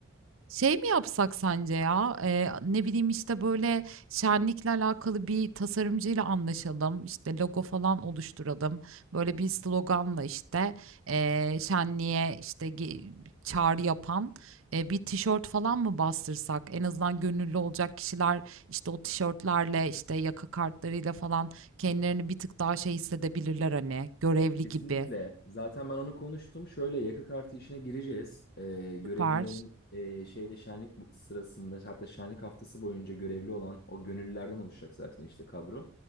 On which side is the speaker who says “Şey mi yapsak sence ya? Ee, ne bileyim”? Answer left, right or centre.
Right